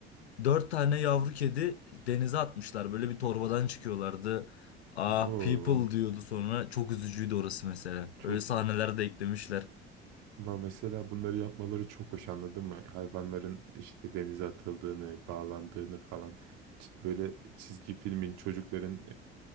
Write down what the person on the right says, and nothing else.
Oo,
çok
var mesela bunları yapmaları çok hoş anladın mı? Hayvanların işte denize atıldığını, bağlandığını falan Ç- böyle çizgi filmin çocukların